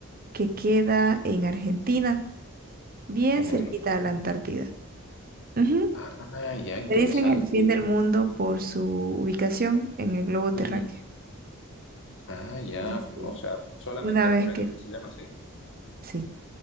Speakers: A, on the right (about 40°); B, on the left (about 60°).
A: que queda en Argentina, bien
B: En
A: cerquita
B: Argentina.
A: a la Antártida. Ujú.
B: Ah, ya, interesante.
A: Le dicen el fin del mundo por su ubicación en el globo
B: Ujú.
A: terráqueo.
B: Ah, ya,
A: Entonces, sí,
B: o sea, solamente
A: una vez
B: es por
A: que...
B: eso que se llama así.
A: sí.